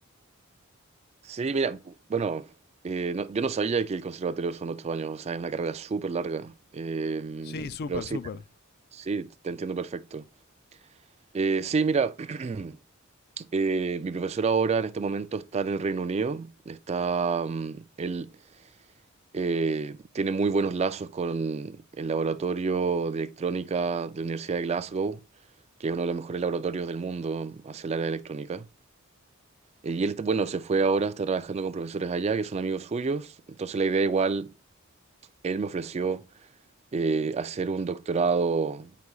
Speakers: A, on the right (about 30°); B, on the left (about 45°).
A: Sí, mira, bueno, eh, no- yo no sabía que el conservatorio son ocho años, o sea, es una carrera súper larga, Eh,
B: Sí, súper,
A: pero sí,
B: súper.
A: sí, te entiendo perfecto. Eh, sí, mira, <clears throat> eh, mi profesor ahora en este momento está en el Reino Unido, está, mm, él eh, tiene muy buenos lazos con el laboratorio de electrónica de la Universidad de Glasgow, que es uno de los mejores laboratorios del mundo hacia el área de electrónica. Eh, Y él, bueno, se fue ahora, está trabajando con profesores allá, que son amigos suyos. Entonces la idea igual, él me ofreció eh, hacer un doctorado,